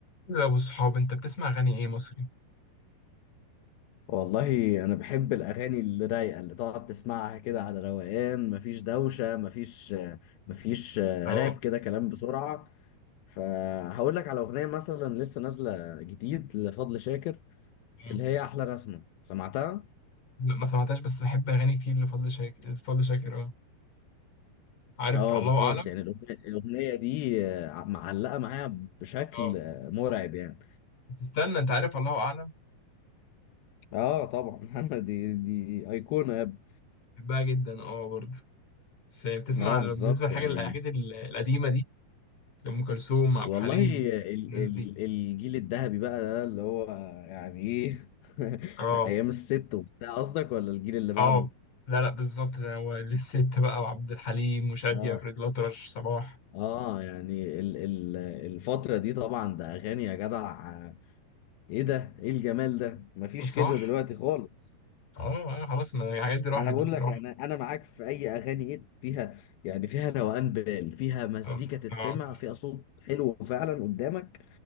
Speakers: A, on the left; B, on the left.
A: لا والصحاب انت بتسمع اغاني ايه مصري
B: والله انا بحب الاغاني اللي رايقه اللي تقعد تسمعها كده على روقان مفيش دوشه مفيش مفيش راب
A: اه
B: كده كلام بسرعه فهقول لك على اغنيه مثلا لسه نازله جديد لفضل شاكر
A: اه.
B: اللي هي احلى رسمه سمعتها
A: لا، ما سمعتهاش بس بحب اغاني كتير لفضل شاكر فضل شاكر اه عارف
B: اه
A: الله
B: بالظبط
A: اعلم
B: يعني الاغنيه الأغنية دي آه، معلقه معايا بشكل
A: اه
B: آه، مرعب يعني
A: بس استنى انت عارف الله اعلم
B: اه طبعا <laughs> دي دي ايقونه يا ابني
A: بحبها جدا اه برضه بس بتسمع
B: اه
A: بالنسبه
B: بالظبط
A: للحاجه
B: يعني
A: الحاجات ال- القديمه دي ام كلثوم عبد
B: والله
A: الحليم
B: ال
A: الناس
B: ال
A: دي
B: الجيل الذهبي بقى ده اللي هو يعني ايه <laughs>
A: اه
B: ايام الست وبتاع قصدك ولا الجيل اللي بعده
A: اه لا لا بالظبط ده هو للست بقى وعبد الحليم وشادية
B: اه
A: فريد الأطرش صباح
B: اه يعني ال ال الفترة دي طبعا ده اغاني يا جدع ايه ده ايه الجمال ده مفيش
A: صح
B: كده دلوقتي خالص
A: اه اه، خلاص ما الحاجات دي راحت
B: ما انا بقول
A: بصراحه
B: لك انا انا معاك في اي اغاني ايه فيها يعني فيها روقان بال فيها مزيكا
A: اه
B: تتسمع
A: اه
B: فيها صوت حلو فعلا قدامك